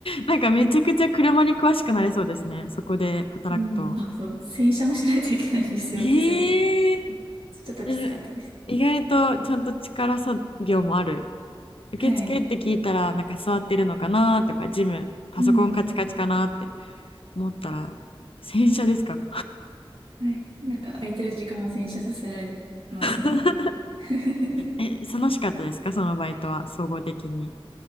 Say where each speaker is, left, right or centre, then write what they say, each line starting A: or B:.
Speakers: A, on the left; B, on the right.
A: なんかめちゃくちゃ車に詳しくなれそうですね。そこで働くと。
B: うん。あ、そう、洗車もしないといけないんですよ、
A: ええ
B: 手作業って。ちょっときつかったです。
A: うん意外とちゃんと力作業もある。受付って聞いたら、
B: はい。
A: なんか座ってるのかなとか、ジム、パソコンカチカチかなって
B: うん。
A: 思ったら、洗車ですか
B: はい。なんか空いてる時間は洗車させられますね。
A: <laughs>
B: <laughs>
A: え、楽しかったですかそのバイトは、総合的に。